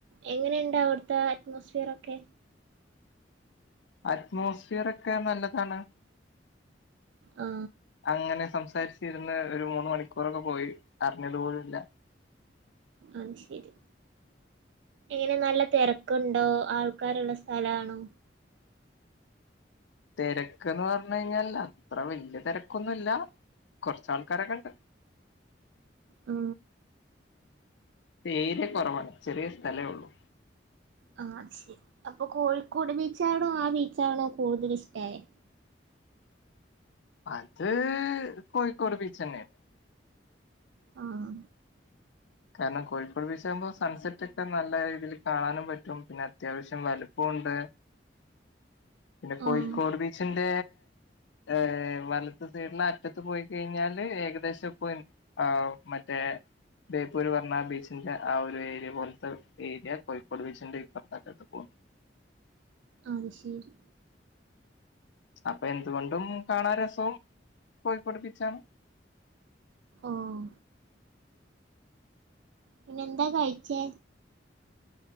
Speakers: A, on the right; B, on the left.
A: എങ്ങനെയുണ്ട് അവിട്ത്തെ അറ്റ്മോസ്ഫിയറൊക്കെ
B: അറ്റ്മോസ്ഫിയറോക്കെ നല്ലതാണ്
A: ആ
B: അങ്ങനെ സം സംസാരിച്ചിരുന്ന് ഒരു മൂന്ന് മണിക്കൂറൊക്കെ പോയി അറിഞ്ഞത് പോലുല്ലാ
A: അത് ശെരി എങ്ങനെ നല്ല തെരക്ണ്ടോ ആൾക്കാര്ള്ള സ്ഥലാണോ
B: തിരക്ക്ന്ന് പറഞ്ഞ് കഴിഞ്ഞാൽ അത്ര വല്യ തെരക്കൊന്നുല്ല കോർച്ച് ആൾക്കാരൊക്കെ ഇണ്ട്
A: ആ
B: ഏരിയ കൊറവാണ് ചെറിയ സ്ഥലേ ഒള്ളൂ
A: ആഹ് ശെരി അപ്പൊ കോഴിക്കോട് ബീച്ചാണോ ആ ബീച്ചാണോ കൂടുതൽ ഇഷ്ടായേ?
B: അത് കോഴിക്കോട് ബീച്ഛനെയാണ്
A: ആഹ്
B: കാരണം കോഴിക്കോട് ബീച്ചന്ന് പറയുമ്പോ സൺസെറ്റ് ഒക്കെ നല്ല രീതിയിൽ കാണാനും പറ്റും പിന്നെ അത്യാവശ്യം വലുപ്പൊണ്ട് പിന്നെ കോയിക്കോഡ്
A: ആഹ്
B: ബീച്ചിണ്ട് റെ ഏഹ് വലത്ത് സൈഡില് അറ്റത്ത് പോയി കഴിഞ്ഞാല് ഏകദേശം പോയി ആ മറ്റേ ബേപ്പൂര് പർണ ബീച്ചിന്റ ആ ഒരു ഏരിയ പോലത്തെ ഏരിയ കോഴിക്കോട് ബീച്ചിന്റ ഇപ്പറത്തെ അറ്റത്ത് പോകും
A: അത് ശെരി
B: അപ്പൊ എന്തുകൊണ്ടും കാണാ രസവും കോയികോട് ബീച്ചാണ്
A: ഓഹ് പിന്നെന്താ കഴിച്ചേ